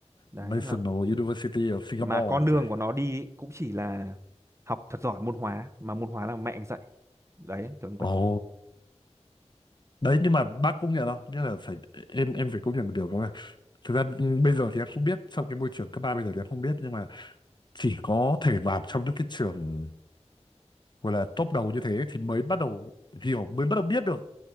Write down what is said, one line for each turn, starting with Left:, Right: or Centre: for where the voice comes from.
Right: đấy
Left: National
Right: là
Left: University of Singapore
Right: mà con
Left: rồi
Right: đường
Left: phải
Right: của nó đi ấy, cũng chỉ là học thật giỏi môn hóa mà môn hóa là mẹ anh dạy đấy kiểu như vậy
Left: ồ đấy nhưng mà bác cũng nhận đâu nghĩa là phải em em phải công nhận một điều đó là thực ra ừ, bây giờ thì em không biết trong cái môi trường cấp ba bây giờ thì em không biết nhưng mà chỉ có thể vào trong những cái trường gọi là top đầu như thế thì mới bắt đầu hiểu mới bắt đầu biết được